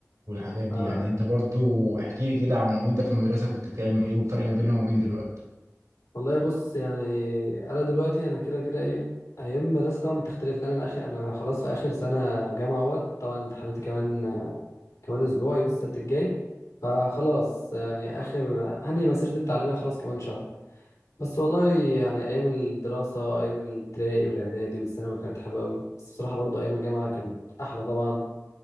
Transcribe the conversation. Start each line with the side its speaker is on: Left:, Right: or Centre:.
Right: والحاجات دي
Left: آه،
Right: يعني انت برضو احكي لي كده عن وانت في المدرسه كنت بتعمل ايه والفرق ما بينها وما بين دلوقتي
Left: والله بص يعني انا دلوقتي انا كده كده ايه ايام مدرسه طبعا بتختلف لان انا اخر انا خلاص في اخر سنه جامعه اهوت طبعا امتحاناتي كمان آه، كمان اسبوع يوم السبت الجاي فخلاص يعني اخر هني مسيرتي التعليميه خلاص كمان شهر بس والله يعني ايام الدراسه ايام الابتدائي والاعدادي والثانوي كانت حلوه قوي بس بصراحه برضو ايام الجامعه كانت احلى طبعا